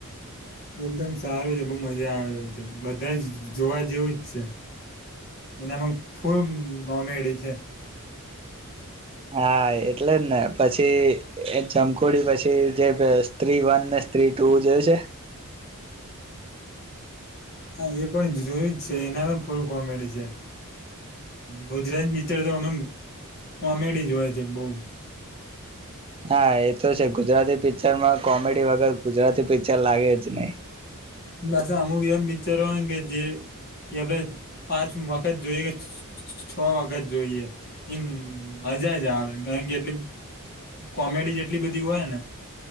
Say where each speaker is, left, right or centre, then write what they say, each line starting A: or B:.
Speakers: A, on the left; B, on the right.
A: એકદમ સારું છે. બહુ મજા આવે છે, બધા જ જોવા જેવું જ છે. એનામાં ફૂલ કોમેડી છે.
B: હા એટલે જ ને પછી જમકુડી પછી જે સ્ત્રી વન ને સ્ત્રી ટુ જોયુ છે?
A: હા એ પણ જોયું જ છે. એના પણ ફૂલ કોમેડી છે. ગુજરાતી પિક્ચર તો અમે કોમેડી જોએ છે. બહુ
B: હા એ તો છે. ગુજરાતી પિક્ચરમાં કોમેડી વગર ગુજરાતી પિક્ચર લાગે જ નહી.
A: પાસે અમુક એવા પિક્ચરો હોયને કે જે, આપણે પાંચ વખત જોઈએ કે છ છ વખત જોઈએ. એમ મજા જ આવે કારણ કે એ કોમેડી એટલી બધી હોય ને